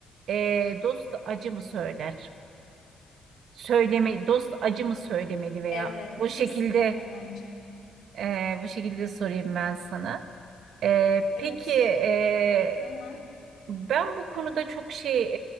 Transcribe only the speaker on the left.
Evet
kesinlikle bence.
Evet.
Aha.